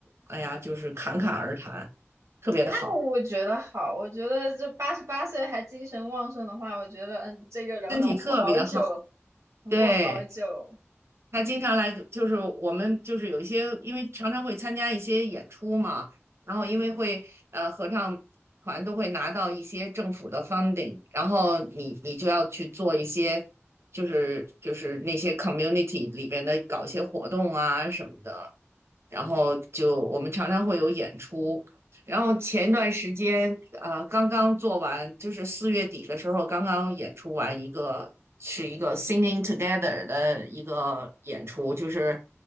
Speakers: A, on the right; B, on the right.
A: 哎呀，就是侃侃而谈，特别好，
B: 那我觉得好，我觉得这八十八岁还精神旺盛的话，我觉得嗯，这个人能活好久，
A: 身体特别好，
B: 能活好久，
A: 对。他经常来，就是我们就是有一些，因为常常会参加一些演出嘛，然后因为会呃合唱团都会拿到一些政府的
B: 嗯
A: funding，然后你你就要去做一些，就是就是那些 community 里边的搞一些活动啊什么的，然后就我们常常会有演出。然后前一段时间，呃，刚刚做完，就是四月底的时候，刚刚演出完一个，是一个 Singing Together 的一个演出，就是